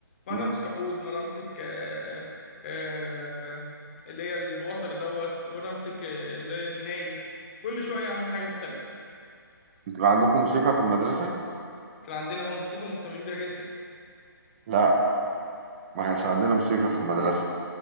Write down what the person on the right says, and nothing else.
مم.
انتوا بقى عندكم موسيقى في المدرسه؟
لا ما كانش عندنا موسيقى في المدرسه